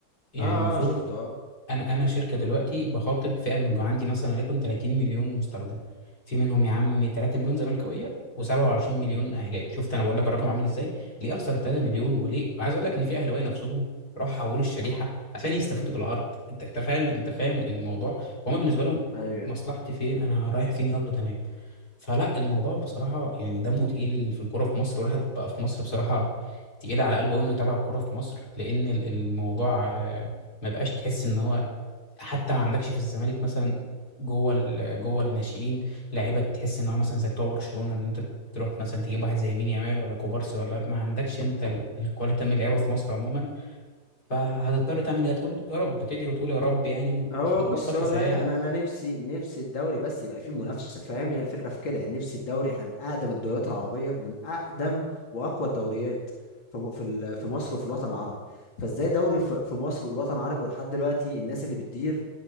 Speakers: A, on the left; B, on the left.
A: يعني
B: اه
A: المفروض
B: اه شفته اه
A: انا انا شركه دلوقتي بخاطب فئه من عندي مثلا وليكن 30 مليون مستخدم في منهم يا عم 3 مليون زملكاويه و27 مليون اهلاوي شفت انا بقول لك الرقم عامل ازاي ليه اخسر 3 مليون وليه عايز اقول لك ان في اهلاويه نفسهم راحوا حولوا الشريحه عشان يستفيدوا بالعرض انت أنت فاهم انت فاهم الموضوع فهم بالنسبه لهم
B: ايوه
A: مصلحتي فين انا رايح فين يلا تمام فلا الموضوع بصراحة يعني دمه تقيل في الكورة في مصر والواحد بقى في مصر بصراحة تقيل على قلبه أوي إنه يتابع الكورة في مصر لأن ال- الموضوع آه، ما بقاش تحس إن هو حتى ما عندكش في الزمالك مثلا جوه ال- جوه الناشئين لعيبه تحس ان هو مثلا زي بتوع برشلونه ان انت تروح مثلا تجيب واحد زي مين يامال ولا كوبارسي ولا ما عندكش انت ال- الكواليتي من اللعيبه في مصر عموما فهتضطر تعمل ايه هتقول يا رب تدعي وتقول يا رب يعني و-
B: هو
A: <laughs> وربك
B: بص والله
A: رسالة
B: انا انا أنا نفسي نفسي الدوري بس يبقى فيه منافسه فاهم هي الفكره في كده يعني نفسي الدوري احنا من اقدم الدوريات العربيه ومن اقدم واقوى الدوريات في م- في ال- في مصر وفي الوطن العربي فازاي دوري في في مصر والوطن العربي ولحد دلوقتي الناس اللي بتدير